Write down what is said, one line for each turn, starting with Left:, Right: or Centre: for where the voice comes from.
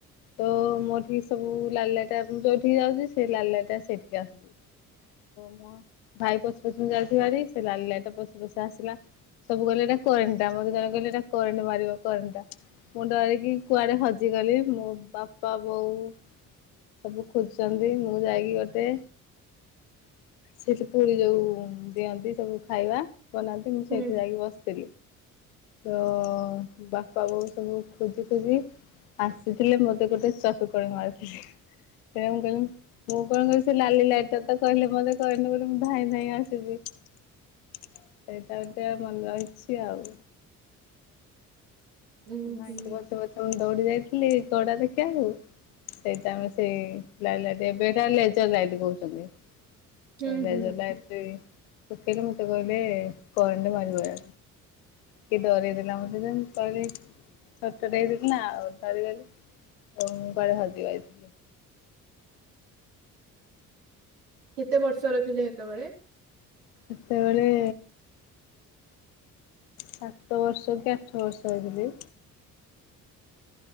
Left: ତ ମୋରଠି ସବୁ ଲାଲି ଲାଇଟ୍ ଟା ମୁଁ ଯୋଉଠିକି ଯାଉଚି ସେଇ ଲାଲି ଲାଇଟ୍ ଟା ସେଇଠିକି ଆସୁଚି। ମୋ ଭାଇ ପଛେ ପଛେ ମୁଁ ଯାଉଥିବି ଭାରି ସେ ଲାଲି ଲାଇଟ୍ ଟା ପଛେ ପଛେ ଆସିଲା। ସବୁ କହିଲେ ଏଇଟା କରେଣ୍ଟଟା ଆମେ ଜଣ କହିଲୁ ଏଟା କରେଣ୍ଟ ମାରିବ କରେଣ୍ଟଟା। ମୁଁ ଡରିକି କୁଆଡ଼େ ହଜିଗଲି ମୋ ବାପା ବୋଉ ସବୁ ଖୋଜୁଛନ୍ତି ମୁଁ ଯାଇକି ଗୋଟେ ସେଠି ପୁରୀ ଯୋଉ ଦିଅନ୍ତି ସବୁ ଖାଇବା ବନାନ୍ତି ମୁଁ
Right: ହୁଁ
Left: ସେଇଠି ଯାଇକି ବସେ। ତ ବାପା ବୋଉ ସବୁ ଖୋଜି ଖୋଜି ଆସିଥିଲେ ମତେ ଗୋଟେ ଚଟକଣି ମାରିଥିଲେ। <unintelligible> ମୁଁ କଣ କରିଛି ଲାଲି ଲାଇଟ ତ କହିଲେ ମତେ କହିଲି ବୋଲି ମୁଁ ଧାଇଁ ଧାଇଁ ଆସିଛି। ସେଇଟା ଟିକେ ଭଲ ହେଇଛି ଆଉ।
Right: ହୁଁ
Left: ମୋ ଭାଇଙ୍କୁ
Right: ହୁଁ
Left: ପଛେ ପଛେ ମୁଁ ଦୌଡି ଯାଇଥିଲି ଘୋଡ଼ା ଦେଖିବାକୁ। ସେଇ ଟାଇମ୍ ରେ ସେ ଲାଲି ଲାଇଟ୍ ଏବେ ଏଟା ଲେଜର୍ ଲାଇଟ୍ କହୁଛନ୍ତି। <unintelligible>
Right: ହୁଁ
Left: ମତେ
Right: ହୁଁ
Left: କଇଲେ କରେଣ୍ଟ୍ ମାରିବ କିଏ ଡରେଇଦେଲା ମତେ ଯେ ମୁଁ କହିଲି। ଛୋଟ ଟେ ଦେଇଥିଲି ନା ଆଉ ଡରିଗଲି ଆଉ ମୁଁ କୁଆଡେ ହଜି ଯାଇଥିଲି।
Right: କେତେ ବର୍ଷର ଥିଲେ ହେତେବେଳେ?
Left: ସେତେବେଳେ ସାତ ବର୍ଷ କି ଆଠ ବର୍ଷ ହେଇଥିଲି।